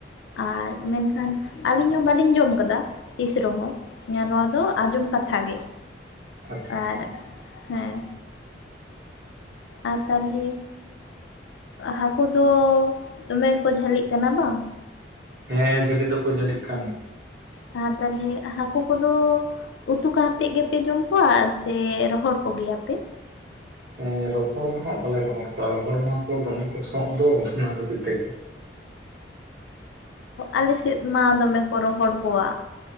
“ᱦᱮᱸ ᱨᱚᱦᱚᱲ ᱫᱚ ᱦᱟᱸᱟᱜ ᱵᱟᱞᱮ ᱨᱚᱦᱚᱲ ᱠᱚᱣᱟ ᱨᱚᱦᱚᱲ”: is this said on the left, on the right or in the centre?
Right